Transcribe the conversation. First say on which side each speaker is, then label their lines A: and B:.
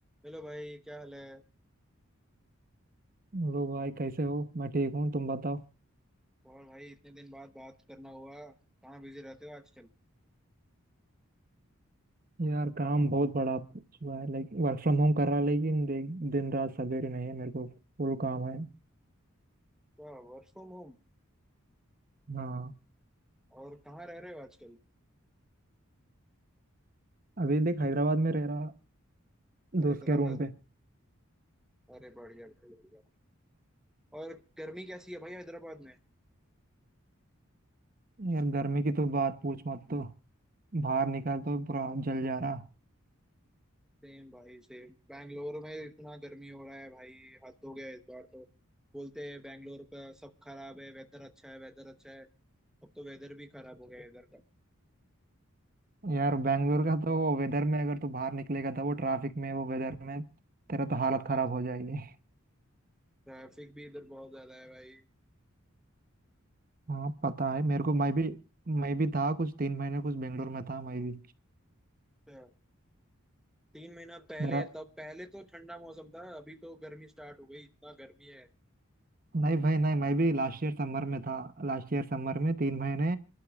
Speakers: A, in the centre; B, on the right.
A: Hello भाई क्या हाल है
B: Hello भाई कैसे हो मैं ठीक हूँ तुम बताओ
A: और भाई इतने दिन बाद बात करना हुआ कहाँ बिजी रहते हो आजकल
B: यार काम बहुत बड़ा हुआ है लाइक वर्क फ्रॉम होम कर रहा लेकिन दे- दिन रात सवेरे नहीं है मेरे को फुल काम है
A: वाह वर्क फ्रॉम होम
B: हाँ
A: और कहाँ रह रहे हो आजकल
B: अभी देख हैदराबाद में रह रहा
A: हैदराबाद
B: दोस्त के रूम पे
A: अरे बढ़िया बढ़िया और गर्मी कैसी है भाई हैदराबाद में
B: यार गर्मी की तो बात पूछ मत तो बाहर निकल तो पूरा जल जा रहा
A: सेम भाई सेम बैंगलोर में इतना गर्मी हो रहा है भाई हद हो गया इस बार तो बोलते हैं बैंगलोर का सब खराब है वेदर अच्छा है वेदर अच्छा है अब तो वेदर भी खराब हो गया है इधर का
B: यार बैंगलोर का तो वो वेदर में अगर तू बाहर निकलेगा तो वो ट्रैफिक में वो वेदर में तेरा तो
A: हाँ
B: हालत खराब हो जाएगी
A: ट्रैफिक भी इधर बहुत ज्यादा है भाई
B: हाँ पता है मेरे को मैं भी मैं भी था कुछ तीन महीने कुछ बेंगलोर में था मैं भी
A: हाँ, तीन महीना पहले
B: मेरा
A: तब पहले तो ठंडा मौसम था अभी तो गर्मी स्टार्ट हो गई इतना गर्मी है
B: नहीं भाई नहीं मैं भी लास्ट ईयर समर में था लास्ट ईयर समर में तीन महीने